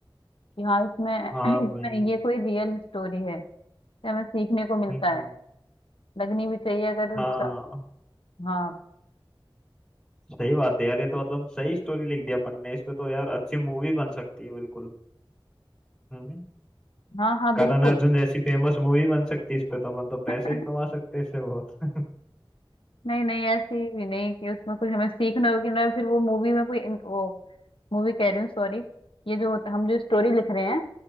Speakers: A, on the left (about 85°); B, in the centre.
A: कि हाँ इसमें
B: हाँ
A: <laughs>
B: भाई
A: इसमें ये कोई रियल स्टोरी है ये हमें सीखने को मिलता
B: हम्म,
A: है लगनी भी चाहिए अगर
B: हाँ
A: स- हाँ
B: सही बात है यार ये तो मतलब सही स्टोरी लिख दी अपन ने इस पे तो यार अच्छी मूवी बन सकती है बिल्कुल हम्म
A: हाँ हाँ
B: करण
A: बिल्कुल
B: अर्जुन जैसी फेमस मूवी बन सकती है इस पे तो अपन तो पैसे
A: <laughs>
B: भी कमा सकते हैं इससे बहुत <laughs>
A: नहीं नहीं ऐसी भी नहीं कि उसमें कुछ हमें सीखना हो कि ना फिर वो मूवी में कोई इन- वो मूवी कह रही हूँ सॉरी ये जो होता- हम जो स्टोरी लिख रहे हैं